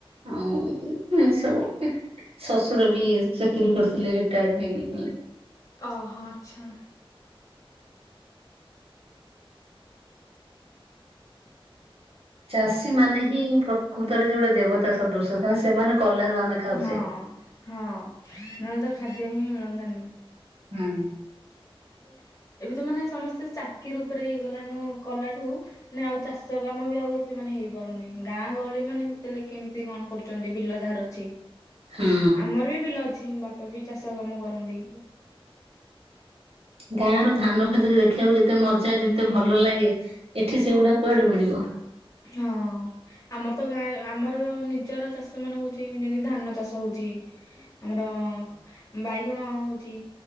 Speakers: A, on the right; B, on the left.
A: ଆଉ ଏ ସବୁ ଶଶୁର ବି ଚାକିରୀ କରିଥିଲେ ରିଟାୟାର୍ଡ ହେଇ ହେଲେ।
B: ତ ଅହ ଆଚ୍ଛା।
A: ଚାଷୀ ମାନେ ହିଁ ପ୍ରକୃତରେ ଯେ ଗୋଟେ ଦେବତା ସଦୃଶ କାରଣ ସେମାନେ କଲାରୁ ଆମେ ଖାଉଛେ।
B: ହଁ ହଁ ନହେଲେ ତ ଖାଦ୍ୟ ହିଁ ମିଳନ୍ତାନି।
A: ହୁଁ।
B: ହ ଏବେ ଯୋଉ ମାନେ ସମସ୍ତେ ଚାକିର ଉପରେ ଇଏ କଲାନୁ କଲାଠୁ ଆମେ ଆଉ ଚାଷ କାମ ବି ଆଉ ଏତେ ମାନେ ନେ ହେଇ ପାରୁନି ଗାଁ ଗହଳି ମାନେ ଯେତେବେଳେ କେମିତି କଣ କରୁଛନ୍ତି ବିଲ ଯାହାର ଅଛି।
A: ହଁ
B: ଆମର ବି ବିଲ ଅ ଛି ମୋ ବାପା ବି ଚାଷ କାମ କରନ୍ତି।
A: ଗାଁ ର ଧାନ କ୍ଷେତ ଯେତେ ଦେଖିବାକୁ ଯେତେ ମଜା ଯେତେ
B: ହୁଁ
A: ଭଲ ଲାଗେ ଏଠି ଏଠି ସେଗୁଡା କୁଆଡେ ମିଳିବ?
B: ହଁ ଆମର ତ ଗାଁରେ ଆମର ନିଜର ଚାଷ ମାନ ହଉଛି ଯେମିତି ଧାନ ଚାଷ ହଉଛି। ହୁଏ ଆମର ବାଇଗଣ ହଉଛି